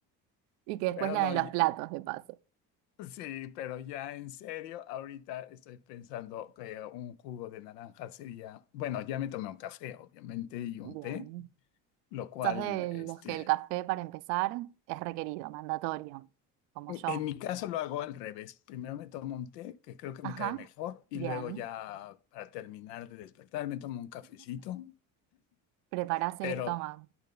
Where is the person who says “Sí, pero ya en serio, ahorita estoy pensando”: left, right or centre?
Left